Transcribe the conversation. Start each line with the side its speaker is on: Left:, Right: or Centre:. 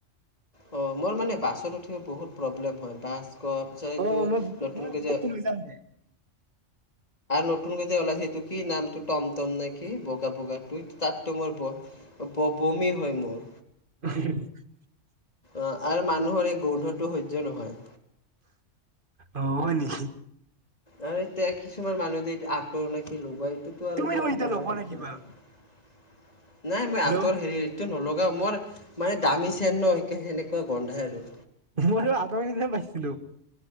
Left: অ' মোৰ মানে বাছত উঠিব বহুত প্ৰব্লেম হয়। বাছ ক পিছত এইটো
Right: অ' মই,
Left: নতুনকৈ
Right: মই
Left: যে
Right: <unintelligible> লৈ যাম দে।
Left: নতুন কৰি যে ওলাইছে এইটো কি নামটো টমটম নে কি? কি বগা বগাটো, তাততো মোৰ ব বমি হয় মোৰ।
Right: <unintelligible>
Left: অ', আৰু মানুহৰ এই গোন্ধটো সহ্য নহয়।
Right: অ', হয় নি।
Left: আৰু এতিয়া কিছুমান মানুহ য আঁতৰ নে কি লগায়। সেইটো আৰু
Right: তুমি
Left: মোৰ
Right: দেখোন
Left: একেবাৰে
Right: এতিয়া লগোৱা
Left: সহ্য
Right: নাই কিবা
Left: নহয়। নাই মই
Right: হেল্ল'
Left: আঁতৰ হেৰি টো নলগাও ম'ৰ মানে দামী চেণ্ট ন একে হেনেকুৱা গন্ধাই আৰু।
Right: <unintelligible> আতৰ নিছিনা পাইছিলো।